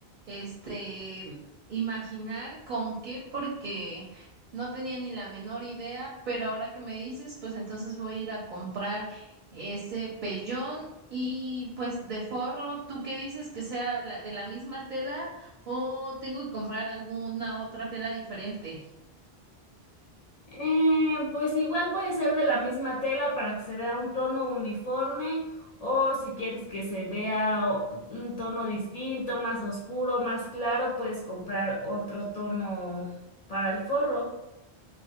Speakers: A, on the right (about 55°); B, on the left (about 50°).
A: este, imaginar con qué, porque no tenía ni la menor idea, pero ahora que me dices, pues entonces voy a ir a comprar ese pellón y pues de forro, ¿tú qué dices que sea la, de la misma tela o tengo que comprar alguna otra tela diferente?
B: Eh, pues igual puede ser de la misma tela para que se vea un tono uniforme o si quieres que se vea o- un tono distinto, más oscuro, más claro, puedes comprar otro tono para el forro.